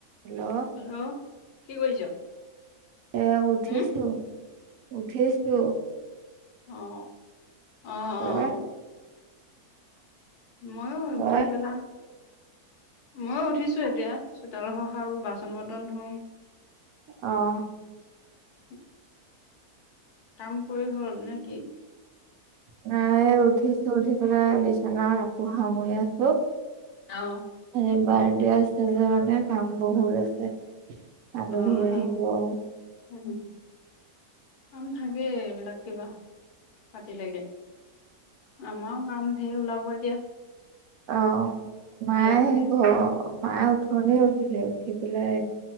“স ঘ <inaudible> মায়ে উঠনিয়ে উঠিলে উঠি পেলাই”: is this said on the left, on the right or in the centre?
Right